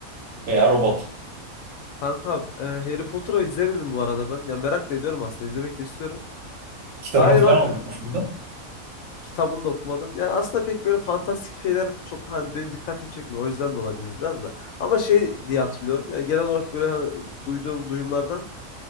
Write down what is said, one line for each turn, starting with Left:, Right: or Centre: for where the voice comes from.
Right: veya robot.
Left: Kankam e, Harry Potter'ı izlemedim bu arada ben. Ya merak da ediyorum aslında izlemek de istiyorum.
Right: Kitabını
Left: Galiba
Right: falan
Left: e,
Right: okumuş muydun?
Left: kitabını da okumadım. Yani aslında pek böyle fantastik şeyler çok hani benim dikkatimi çekmiyor. O yüzden de olabilir biraz da. Ama şey diye hatırlıyorum. Yani genel olarak böyle hani duyduğum duyumlardan